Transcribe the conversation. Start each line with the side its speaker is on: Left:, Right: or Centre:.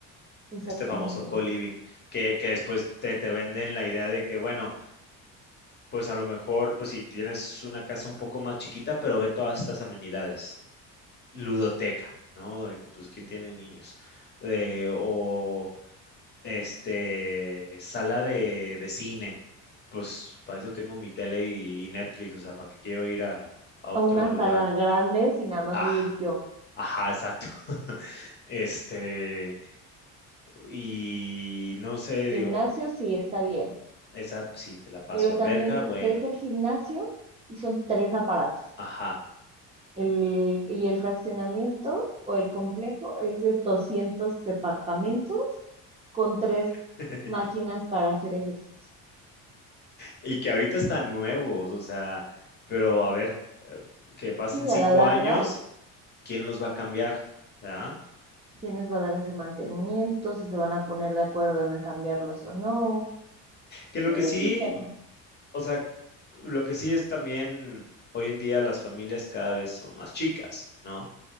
Right: exactamente,
Left: Este famoso co-living, que, que después te, te venden la idea de que, bueno, pues a lo mejor, pues si tienes una casa un poco más chiquita, pero ve todas estas amenidades. ludoteca, ¿no? De, pues, ¿quién tiene niños? Eh, o este, sala de, de cine, pues para eso tengo mi tele y, y Netflix, o sea, para qué quiero ir a, a otro
Right: a una
Left: lugar.
Right: sala grande si nada más
Left: Ah,
Right: voy a ir yo.
Left: ajá, exacto. <laughs> Este, y no sé,
Right: Gimnasio
Left: digo,
Right: sí está bien,
Left: esa pues, sí, te la paso.
Right: pero
Left: Alberca,
Right: también di-
Left: bueno,
Right: ves el gimnasio y son tres aparatos.
Left: ajá.
Right: El, y el fraccionamiento o el complejo es de 200 departamentos con tres
Left: <laughs>
Right: máquinas para hacer ejercicio.
Left: Y que ahorita están nuevos, o sea, pero a ver, eh, que pasen
Right: Sí,
Left: cinco
Right: a la larga,
Left: años, ¿quién los va a cambiar? ¿Verdad?
Right: quiénes va a dar ese mantenimiento, si se van a poner de acuerdo en cambiarlos o no.
Left: Que lo
Right: Sí,
Left: que sí,
Right: es un tema.
Left: o sea, lo que sí es también, hoy en día las familias cada vez son más chicas, ¿no?